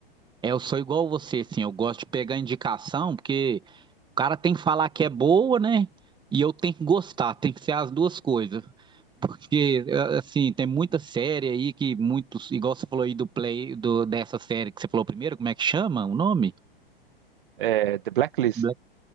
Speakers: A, on the right; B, on the right.
A: é, eu sou igual você, assim, eu gosto de pegar indicação, porque O cara tem que falar que é boa, né? E eu tenho que gostar, tem que ser as duas coisas. Porque, eh, assim, tem muita série aí que muitos, igual você falou aí do play, do, dessa série que você falou primeiro, como é que chama o nome?
B: É, The Blacklist.
A: Black-